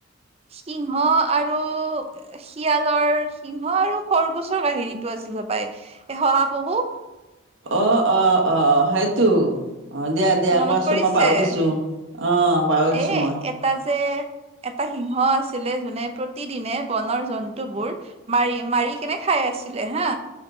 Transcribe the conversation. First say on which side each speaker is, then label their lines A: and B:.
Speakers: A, on the right (about 30°); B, on the right (about 65°).
A: সিংহ আৰু শিয়ালৰ, সিংহ আৰু সৰগোছৰ কাহিনীতটো আছিল এ শহাপহু
B: অ অ অ, সেইটো? অঁ দিয়া দিয়া
A: মনত
B: কোৱাচোন
A: পৰিছে?
B: মই পাহৰিছোঁ, অ পাহৰিছোঁ
A: এ
B: মই।
A: এটা যে এটা সিংহ আছিলে যোনে প্ৰতিদিনে বনৰ জন্তুবোৰ মাৰি মাৰি কেনে খাই আছিলে হা,